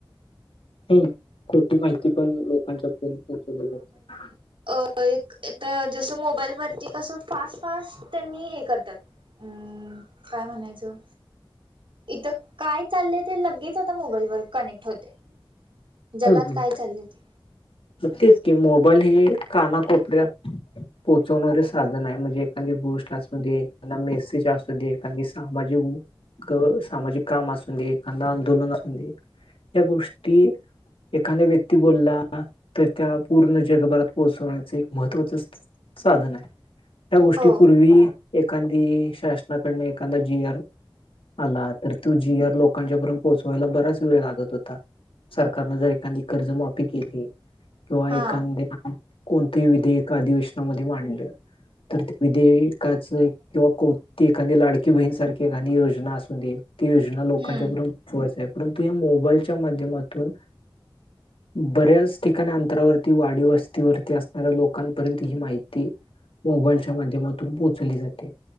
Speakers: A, on the left; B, on the right.
A: हम. खोटी माहिती पण लोकांच्या पर्यंत पोहोचवली जाते.
B: एक ता जसं मोबाईलवरती कसं. फास्ट फास्ट त्यांनी हे करतात अ काय म्हणायचं. इथं काय चाललंय ते लगेच आता मोबाईल वर कनेक्ट होते. जगात
A: हम्म, हम्म.
B: काय चाललं ते.
A: तेच कि मोबाईल हे कानाकोपऱ्यात. पोहोचवणारे साधन आहे. म्हणजे एखादी गोष्ट असू दे. त्यांना मेसेज असुनदे एखन दी सामाजिक. सामाजिक काम असून दे. एखादा आंदोलन असून दे या गोष्टी. एखाद्या व्यक्ती बोलला तर त्या पूर्ण जगभरात पोहोचवण्याचं एक महत्त्वाच. साधन आहे. त्या गोष्टीपूर्वी
B: हो
A: एखादी शासनाकडून एखादा जी आर. आला तर तू जी आर लोकांच्या पर्यंत पोहोचवायला बराच वेळ लागत होता जर एखादी कर्ज माफी केली. किंवा
B: हां
A: एखादं, कोणतंही विधेयका अधिवेशनामध्ये मांडलं तर विधेयकाच.. किंवा कोती एखादी लाडकी बहीणसारखी एखादी योजना असून दे. ती योजना लोकांच्या
B: हम्म
A: पुढ पोचवायच आहे. परंतु या मोबाईलच्या माध्यमातून. बऱ्याच ठिकाणी अंतरावरती वाडी वस्तीवरती असणाऱ्या लोकांपर्यंत ही माहिती. ‌ मोबाईलच्या माध्यमातून पोहोचली जाते.